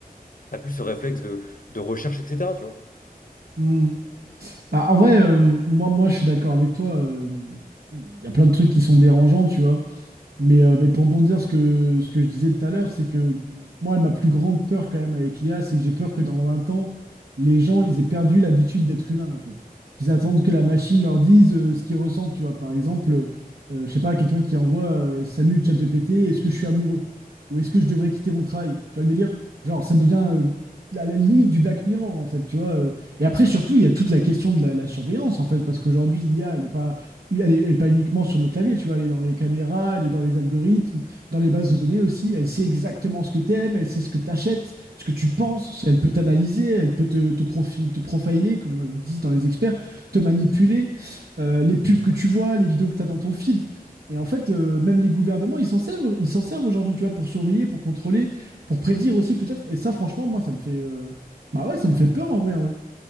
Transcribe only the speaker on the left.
t'as plus ce réflexe de, de recherche, etc., tu vois.